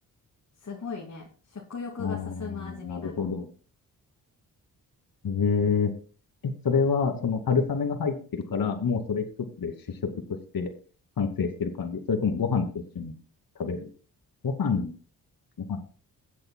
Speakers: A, on the left; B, on the left.
A: すごいね。食欲が進む味になる。
B: ああ、なるほど。えー、え、それは、その春雨が入ってるから、もうそれ一つで主食として完成してる感じ。それともご飯と一緒に食べるご飯ご飯。